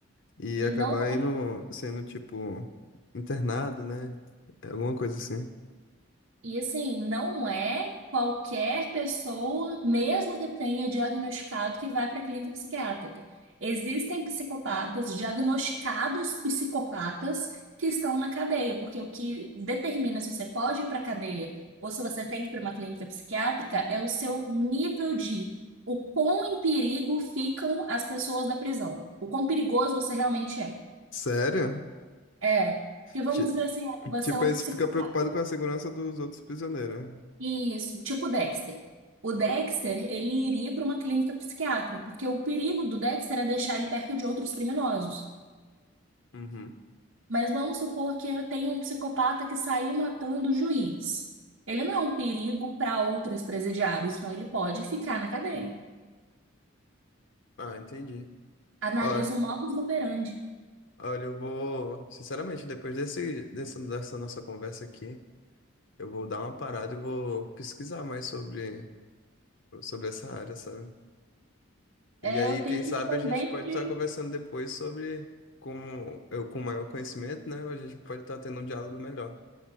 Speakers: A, on the left; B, on the right.
A: e
B: E
A: acabar
B: não
A: indo sendo tipo internado, né? É Alguma coisa assim.
B: E assim, não é qualquer pessoa, mesmo que tenha diagnosticado, que vai para a clínica psiquiátrica. Existem psicopatas, diagnosticados psicopatas, que estão na cadeia, porque o que determina se você pode ir para a cadeia ou se você tem que ir para uma clínica psiquiátrica é o seu nível de o quão em perigo ficam as pessoas da prisão, o quão perigoso você realmente é.
A: Sério?
B: É. Porque vamos
A: Ti-
B: dizer assim, você
A: Tipo,
B: é um
A: aí você
B: psicopata.
A: fica preocupado com a segurança dos outros prisioneiros. né?
B: Isso, tipo Dexter. O Dexter, ele iria para uma clínica psiquiátrica, porque o perigo do Dexter é deixar ele perto de outros criminosos.
A: Uhum.
B: Mas vamos supor que eu tenha um psicopata que saiu matando o juiz. Ele não é um perigo para outros presidiários, então ele pode ficar na cadeia.
A: Ah, entendi.
B: Analisa
A: Olha,
B: o modus operandi.
A: olha, eu vou, sinceramente, depois desse, dessa, dessa nossa conversa aqui, eu vou dar uma parada e vou pesquisar mais sobre, sobre essa área, sabe? E
B: É,
A: aí,
B: eu tenho
A: quem
B: que
A: sabe
B: também
A: a gente pode
B: que
A: estar conversando depois sobre com eu com maior conhecimento, né? A gente pode estar tendo um diálogo melhor.